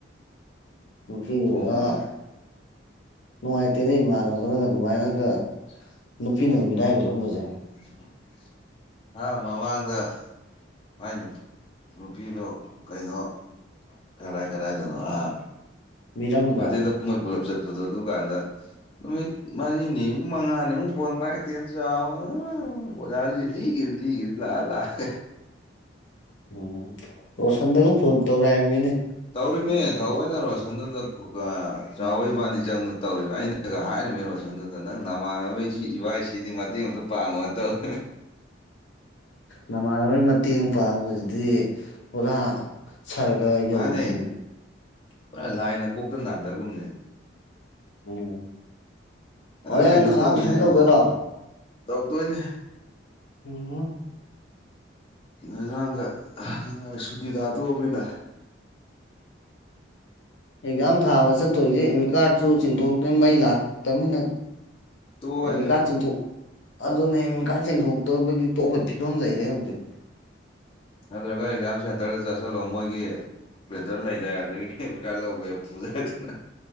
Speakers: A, on the left (about 70°); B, on the left (about 30°).
A: ꯅꯨꯄꯤꯗꯨꯒ
B: ꯀꯣꯛ ꯉꯥꯎꯋꯦ
A: ꯅꯨꯡꯉꯥꯏꯇꯦꯅꯦ ꯏꯃꯥꯟꯅꯕꯅꯒ ꯑꯗꯨꯃꯥꯏꯅꯒ ꯅꯨꯄꯤꯅꯒ ꯃꯤꯔꯥꯏꯕꯤꯔꯝꯕꯖꯦ꯫
B: <unintelligible> ꯑꯥ ꯃꯃꯥꯡꯗ ꯃꯥꯏ ꯅꯨꯄꯤꯗꯣ ꯀꯩꯅꯣ ꯀꯔꯥꯏ ꯀꯔꯥꯏꯗꯅꯣ ꯑꯥ
A: ꯃꯤꯔꯝꯗ
B: ꯒꯨꯑꯇꯤꯗ ꯃꯣꯏ ꯄꯨꯂꯞ ꯆꯠꯄꯗꯣ ꯑꯗꯨꯀꯥꯟꯗ ꯅꯨꯃꯤꯠ ꯃꯔꯤꯅꯤ ꯃꯉꯥꯅꯤꯃꯨꯛ ꯐꯣꯟ ꯄꯥꯏꯛꯇꯦ ꯁꯥꯎꯕꯗ ꯢꯃꯥꯢ ꯑꯣꯖꯖꯤ ꯂꯤꯒꯤꯕꯖꯤꯅ ꯂꯤꯒꯤꯕꯖꯤꯅ ꯂꯥꯛꯑ ꯂꯥꯛꯑꯒ
A: ꯎꯝ ꯔꯣꯁꯟꯗꯒ ꯐꯣꯟ ꯇꯧꯔꯛꯑꯦ ꯍꯥꯏꯃꯤꯅꯦ꯫
B: ꯇꯧꯔꯤꯃꯦ ꯊꯑꯣꯏꯅ ꯔꯣꯁꯟꯗꯨꯗ ꯑ ꯆꯥꯎꯕ ꯏꯕꯥꯅꯤ ꯆꯪꯗꯨꯅ ꯇꯧꯔꯤꯃꯦ ꯑꯩꯅꯒ ꯍꯥꯏꯔꯤꯃꯦ ꯔꯣꯁꯟꯗꯨꯗ ꯑꯗ ꯅꯪ ꯅꯃꯥꯟꯅꯕꯁꯤ
A: ꯎꯝ
B: ꯏꯕꯥꯏꯁꯤꯗꯤ ꯃꯇꯦꯡ ꯑꯃꯇ ꯄꯥꯡꯉꯣꯅ ꯇꯧꯋꯦ
A: ꯅꯃꯥꯟꯅꯕꯩ ꯃꯇꯦꯡ ꯄꯥꯡꯕꯁꯤꯗꯤ ꯄꯨꯔꯥ ꯁꯔꯒ
B: ꯃꯥꯅꯦ
A: ꯌꯧꯕꯤꯅꯤ
B: ꯄꯨꯔꯥ ꯂꯥꯏꯅ ꯀꯣꯛꯇ ꯅꯥꯟꯊꯒꯨꯝꯅꯦ
A: ꯎꯝ ꯍꯣꯔꯦꯟ
B: ꯑ ꯀꯩꯅꯣ
A: ꯑꯉꯥꯡ
B: ꯇꯧꯋꯤꯅꯦꯕꯣ
A: ꯇꯨꯏꯁꯟ ꯇꯧꯗꯣꯏꯔꯣ
B: ꯇꯧꯗꯣꯏꯅꯦ
A: ꯑꯝ
B: ꯑꯉꯥꯡꯒ ꯁꯨꯇꯤ ꯊꯥꯗꯣꯛꯑꯃꯤꯅ
A: ꯑꯦꯛꯖꯥꯝ ꯊꯥꯕ ꯆꯠꯇꯣꯏꯁꯦ ꯑꯦꯃꯤ ꯀꯥꯔꯁꯨꯨ ꯆꯤꯡꯊꯣꯛꯇꯅ ꯃꯩ ꯂꯥꯛꯇꯕꯅꯤꯅ
B: ꯇꯣꯛꯑꯦ
A: ꯑꯦꯃꯤꯀꯥ
B: ꯆꯠꯂꯣ
A: ꯆꯤꯡꯊꯣꯛ ꯑꯗꯨꯅꯦ ꯑꯦꯃꯤꯀꯥ ꯆꯤꯡꯊꯣꯛꯇꯕꯒꯤ ꯇꯣꯞꯄ ꯐꯤꯕꯝ ꯂꯩꯔꯦ ꯍꯧꯖꯤꯛ
B: ꯅꯠꯇ꯭ꯔꯒ ꯑꯦꯛꯖꯥꯝ ꯁꯦꯟꯇꯔꯗ ꯆꯠꯁꯤꯜꯂꯣ ꯃꯣꯏꯒꯤ ꯕꯦꯟꯇꯔ ꯂꯩꯗꯥ ꯑꯗꯒꯤ ꯑꯦꯃꯤꯠ ꯀꯥꯔ ꯂꯧꯒꯦꯕ ꯄꯨꯖꯔꯒꯅ